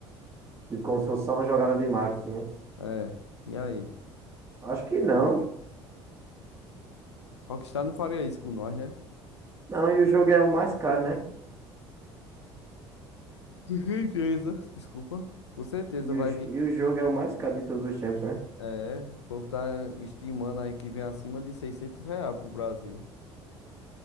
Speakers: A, on the right; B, on the left.
A: Tipo, como se fosse só uma jogada de marketing, né?
B: É, e aí?
A: Acho que não.
B: Rockstar não faria isso com nós, né?
A: Não, e o jogo é o mais caro, né?
B: Com certeza. Desculpa. Com certeza
A: E
B: vai
A: o, j-
B: vir.
A: e o jogo é o mais caro de todos os tempos, né?
B: É, o povo tá estimando aí que vem acima de 600 reais pro Brasil.